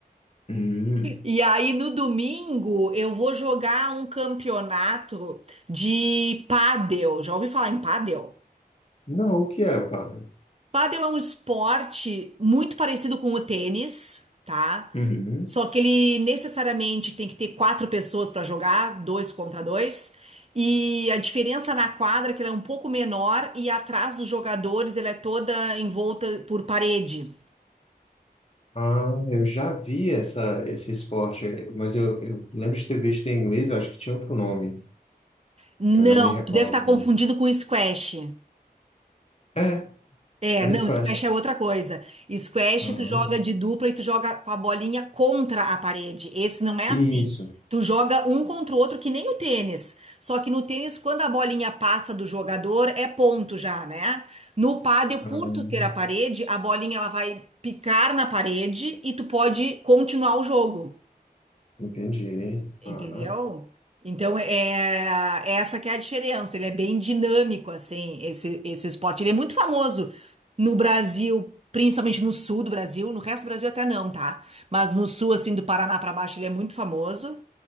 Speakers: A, on the left; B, on the right.
A: Hum.
B: E aí no domingo eu vou jogar um campeonato de pádel. Já ouvi falar em pádel?
A: Não, o que é o pádel?
B: Pádel é um esporte muito parecido com o tênis, tá?
A: Uhum.
B: Só que ele necessariamente tem que ter quatro pessoas para jogar, dois contra dois. E a diferença na quadra é que ela é um pouco menor e atrás dos jogadores ela é toda envolta por parede.
A: Ah, eu já vi essa, esse esporte, mas eu, eu lembro de ter visto em inglês, eu acho que tinha outro nome.
B: Não,
A: Eu não me recordo.
B: tu deve estar confundido com squash.
A: É,
B: É,
A: era
B: não,
A: squash.
B: squash é outra coisa. Squash
A: Ah,
B: tu joga de dupla e tu joga com a bolinha contra a parede. Esse não é
A: isso.
B: assim. Tu joga um contra o outro que nem o tênis. Só que no tênis, quando a bolinha passa do jogador, é ponto já, né? No pádel, por
A: Ah,
B: tu ter a parede, a bolinha ela vai picar na parede e tu pode continuar o jogo.
A: entendi.
B: Entendeu?
A: Ah,
B: Então, é é essa que é a diferença. Ele é bem dinâmico, assim, esse, esse esporte. Ele é muito famoso no Brasil, principalmente no sul do Brasil. No resto do Brasil até não, tá? Mas no sul, assim, do Paraná pra baixo, ele é muito famoso.